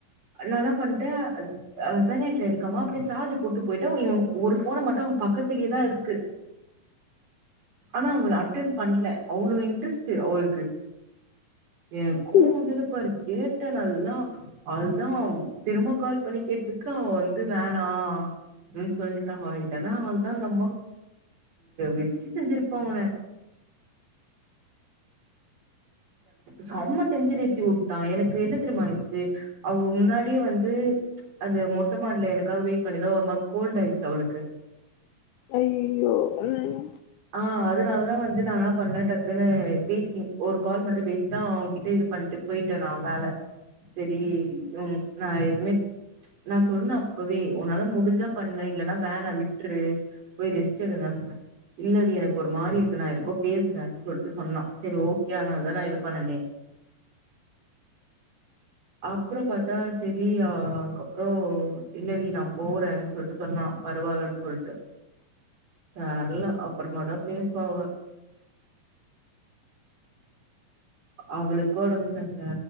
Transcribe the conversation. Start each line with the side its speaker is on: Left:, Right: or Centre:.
Right: நா என்னா பண்ணிட்டே அ சைலண்டுல எடுக்காம அப்டியே சார்ஜ் போட்டு போயிட்டு இவ ஒரு போனை மட்டும் பக்கத்திலயே தா இருக்கு ஆனா அவர் அட்டன் பண்ல அவ்ளவு இன்ட்ரெஸ்ட் அவருக்கு எனக்கு கோவம்
Left: ம் ம்
Right: வந்தது பாரு கேட்டே நல்லா அதுதா திரும்ப கால் பண்ணி கேட்டதுக்கு தா அவ வந்து வேணா அப்டினு சொல்லிட்டா இல்லன்னா அவள்தா அந்த அம்மா வெச்சு செஞ்சிருப்பா உன்ன செம்ம டென்சன் ஏத்தி விட்டான் எனக்கு என்ன தெரியுமா ஆயிடுச்சு அவ முன்னாடியே வந்து அந்த மொட்டை மாடில எனக்காக வெயிட் பண்ணிதா ஒரு மாற் கோல்ட் ஆயிச்சு அவளுக்கு
Left: ஐய்யய்யோ ம்
Right: ஆ அதுனால தான் வந்து நா என்னா பண்ணேன் டக்குன்னு பேசின் ஒரு கால் மட்டும் பேசி தா அவங்ககிட்ட இது பண்ட்டு போயிட்டேன் நான் வேலை செரி உ நா எதுமே நா சொன்னே அப்பவே உன்னால முடிஞ்சா பண்ணு இல்லன்னா வேணா விட்ரு போய் ரெஸ்ட் எடுங்கனு சொன்னே இல்லடி எனக்கு ஒரு மாறி இருக்கு நா எதுக்கோ பேசுறேன்னு சொல்ட்டு சொன்னா சரி ஓகே அதுனால தா நா இது பண்ணுனே அ அப்றோம் பாத்தா செரி அ அதுக்கப்றோ இல்லடி நா போறேன்னு சொல்ட்டு சொன்னா பரவால்லன்னு சொல்ட்டு தெர்ல அப்பறமா தா பேசுவா அவ அவளுக்கு ஒடம்பு செர்ல